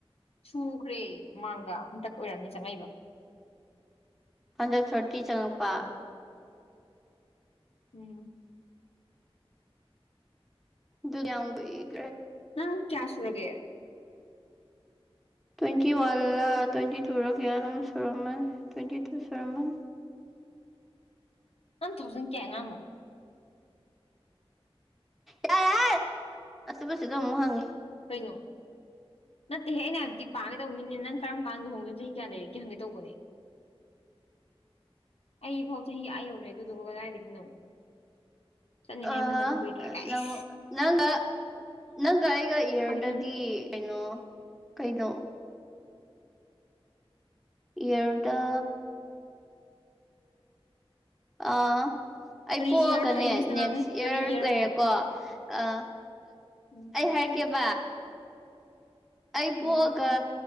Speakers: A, on the left; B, in the centre.
A: ꯁꯨꯈ꯭ꯔꯦ ꯃꯥꯡꯗ ꯍꯟꯇꯛ ꯑꯣꯏꯔꯝꯅꯤ ꯆꯪꯉꯛꯏꯕ
B: ꯍꯟꯗꯛ ꯊꯥꯔꯇꯤ ꯆꯪꯉꯛꯄ
A: ꯎꯝ
B: ꯔꯌꯥꯎꯕꯩ
A: ꯅ ꯀꯌꯥꯁꯂꯒꯦ
B: ꯇ꯭ꯋꯦꯟꯇꯤ ꯋꯥꯟꯂ ꯇ꯭ꯋꯦꯟꯇꯤ ꯇ ꯂ ꯀ ꯁꯨꯔꯃꯟ꯭ꯋꯦꯟꯇꯤꯨ ꯁꯨꯔꯃꯟ
A: ꯋꯥꯟ ꯊꯥꯎꯖꯟ ꯀꯌꯥ ꯑꯉꯥꯡꯅꯣ
B: ꯌꯥꯔ ꯌꯥꯔ ꯑꯁꯤꯕꯁꯤꯗ ꯑꯃꯨꯛ ꯍꯪꯉꯤ
A: ꯅꯣ ꯅꯠꯇꯦꯍꯦꯩꯅ ꯍꯥꯏꯕꯗꯤ ꯄꯥꯒꯗꯧꯕꯅꯤꯅꯦ ꯅꯪ ꯀꯔꯝ ꯀꯥꯟꯗꯨꯍꯣꯡꯒꯦ ꯆꯍꯤ ꯀꯌꯥ ꯂꯩꯔꯤꯒꯦ ꯈꯪꯒꯦ ꯇꯧꯕꯅꯦ ꯑꯩ ꯐꯥꯎ ꯆꯍꯤ ꯑ ꯌꯧꯔꯦ ꯑꯗꯨꯗꯨꯒ ꯀꯗꯥꯏꯗꯒꯤꯅꯣ ꯆꯠꯅꯤꯡꯉꯥꯏ
B: ꯑ
A: ꯃꯇꯝ ꯀꯨꯏꯗ꯭ꯔꯦ ꯀꯥꯏꯁ
B: ꯅ ꯅꯪ ꯅꯪ ꯑꯩꯒ ꯏꯌꯔꯗꯗꯤ
A: ꯐꯥꯒꯤ ꯇꯧꯅꯤ
B: ꯀꯩꯅꯣ ꯀꯩꯅꯣ ꯌꯦꯔꯗ ꯑꯥ ꯑꯩ
A: ꯀꯔꯤ
B: ꯄꯣꯛꯑꯒꯅꯦ
A: ꯏꯌꯥꯔꯅꯣ ꯏꯪꯂꯤꯁꯇ
B: ꯅꯦꯛꯁ
A: ꯉꯥꯡꯉꯨ
B: ꯏꯌꯥꯔ
A: ꯀꯔꯤ ꯏꯌꯥꯔꯅꯣ
B: ꯂꯩꯔꯦꯀꯣ ꯑꯥ
A: ꯎꯝ
B: ꯑꯩ ꯍꯥꯏꯔꯒꯦꯕ ꯑꯩ ꯄꯣꯛꯑꯒ
A: ꯎꯝ